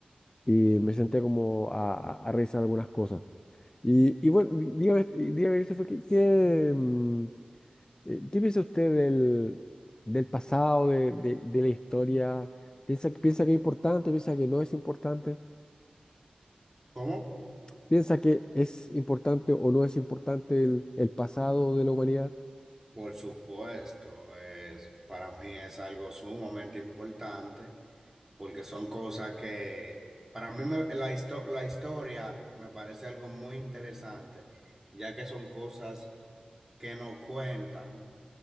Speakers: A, on the left; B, on the right.
A: y me senté como a, a- a revisar algunas cosas. Y, y bueno, dígame, dígame, Christopher, ¿qué, qué, mm, eh, qué piensa usted del, del pasado, de, de- de la historia? ¿Piensa, piensa que es importante, piensa que no es importante?
B: ¿Cómo?
A: ¿Piensa que es importante o no es importante el el pasado de la humanidad?
B: Por supuesto, es, para mí es algo sumamente importante porque son cosas que, para mí me- la, histo- la historia me parece algo muy interesante, ya que son cosas que no cuentan,